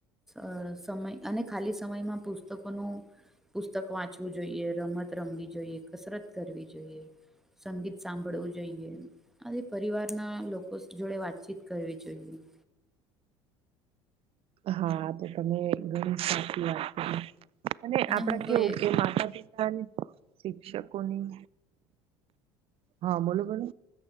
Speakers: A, in the centre; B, on the right (about 40°).
A: અ સમય અને ખાલી સમયમાં પુસ્તકોનું પુસ્તક વાંચવું જોઈએ, રમત રમવી જોઈએ, કસરત કરવી જોઈએ. સંગીત સાંભળવું જોઈએ. આવી પરિવારના લોકો જોડે વાતચીત કરવી જોઈએ.
B: હા, આ તો તમે ઘણી સાચી વાત કરી અને આપડા
A: હું
B: કેવું
A: તો એ
B: કે માતા પિતા <unintelligible> શિક્ષકોની હા બોલો બેન.